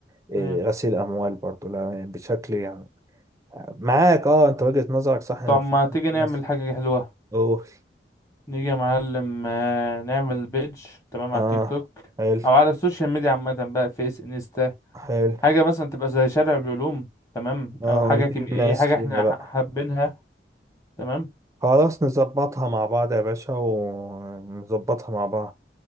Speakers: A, on the right; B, on the left.
A: إيه،
B: مم.
A: غسيل اموال برضو لا يعني بشكل يعني معاك اه انت وجهة نظرك صح ان
B: طب ما
A: في
B: تيجي
A: في
B: نعمل
A: ناس
B: حاجة حلوة
A: اوه
B: نيجي يا معلم آه، نعمل بيج تمام
A: اه
B: على التيك توك
A: حلو
B: أو على السوشيال ميديا عامة بقى فيس انستا
A: حلو
B: حاجة مثلا تبقى زي شارع العلوم تمام
A: اه
B: أو حاجة
A: ونفيد
B: كيميائية
A: الناس
B: حاجة
A: فيها
B: احنا
A: بقى
B: ح- حابينها تمام
A: خلاص نظبطها مع بعض يا باشا ونظبطها مع بعض